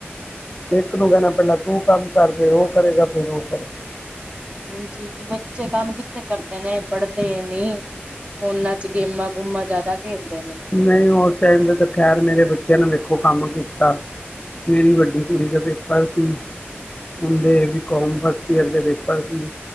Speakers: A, on the left (about 25°); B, on the right (about 25°).
A: ਇੱਕ ਨੂੰ ਕਹਿਣਾ ਪਹਿਲਾਂ ਤੂੰ ਕੰਮ ਕਰ ਫੇਕ ਉਹ ਕਰੇਗਾ ਫੇਰ ਉਹ ਕਰੇਗਾ।
B: ਹਾਂਜੀ, ਜੀ ਬੱਚੇ ਕੰਮ ਕਿੱਥੇ ਕਰਦੇ ਨੇ ਪੜ੍ਹਦੇ ਨਹੀਂ। ਫੌਨਾ ਚ ਗੇਮਾਂ ਗੂਮਾਂ ਜ਼ਿਆਦਾ ਖੇਲਦੇ ਨੇ।
A: ਨਹੀਂ ਉਹ ਟਾਈਮ ਤੇ ਤਾਂ ਖ਼ੈਰ ਮੇਰੇ ਬੱਚਿਆਂ ਨੇ ਵੇਖੋ ਕੰਮ ਕੀਤਾ। ਮੇਰੀ ਵੱਡੀ
B: ਨੇ
A: ਕੁੜੀ ਦਾ ਪੇਪਰ ਸੀ। <unintelligible> ਦੇ ਬੀਕੋਮ ਫਸਟ ਈਅਰ ਦੇ ਪੇਪਰ ਸੀ।